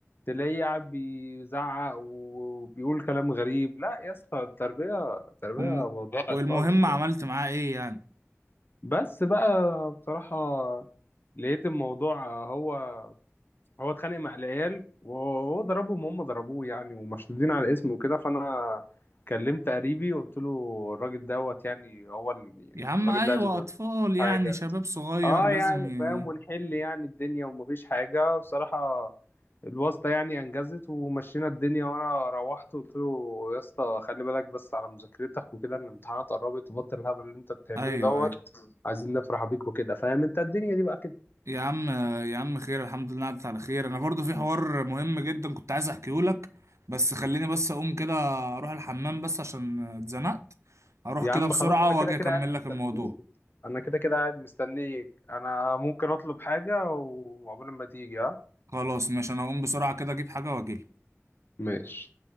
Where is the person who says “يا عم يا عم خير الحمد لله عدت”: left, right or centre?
Right